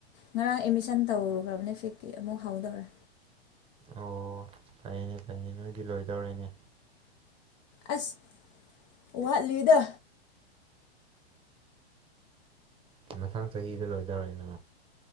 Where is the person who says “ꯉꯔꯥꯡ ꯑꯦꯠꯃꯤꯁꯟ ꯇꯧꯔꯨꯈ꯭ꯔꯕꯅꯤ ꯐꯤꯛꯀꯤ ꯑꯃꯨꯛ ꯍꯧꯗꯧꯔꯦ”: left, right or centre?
Left